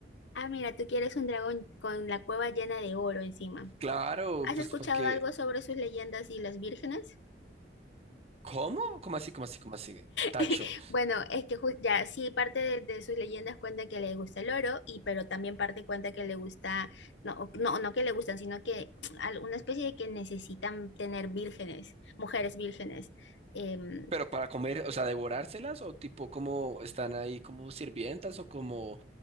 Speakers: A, on the left (about 90°); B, on the right (about 35°).
A: Ah, mira, tú quieres un dragón con la cueva llena de oro encima.
B: Claro,
A: ¿Has
B: pues
A: escuchado
B: porque
A: algo sobre sus leyendas y las vírgenes?
B: ¿cómo? ¿Cómo así? ¿Cómo así? ¿Cómo así? Tacho.
A: <laughs> Bueno, es que ju- ya sí, parte de, de sus leyendas cuenta que le gusta el oro, y pero también parte cuenta que le gusta, no, o- no, no que le gustan, sino que <tsk> al- una especie de que necesitan tener vírgenes, mujeres vírgenes. em,
B: Pero para comer, o sea, devorárselas o tipo como están ahí como sirvientas o como